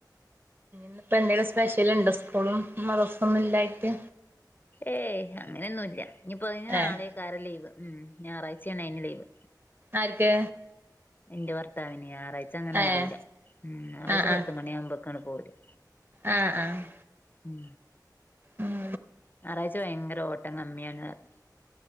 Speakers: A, on the right; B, on the left.
A: ന്ന്പ്പന്തെലും സ്പെശല്ണ്ടോ സ്കൂളും മദ്രാസൊന്നുലായിട്ട്?
B: ഏയ് അങ്ങനെന്നുല്ല ഇനീപൊ നീ നാളെകാരം
A: ഏഹ്
B: ലീവ് ഉം ഞാറായ്ചെൻ നി ലീവ്
A: ആര്ക്ക്
B: ഇന്റെ ഭർത്താവിനെ ഞാറാഴ്ചങ്ങനൊടൂല
A: ഏഹ്
B: ഉം ഞാറാഴ്ച
A: ആഹ്
B: പത്ത്
A: ആഹ്
B: മണിയാവുബക്ങ് പോരും
A: ആഹ് ആഹ്
B: ഉം
A: ഉം
B: ഞാറാഴ്ച വയങ്കര ഓട്ടം കമ്മിയണറിം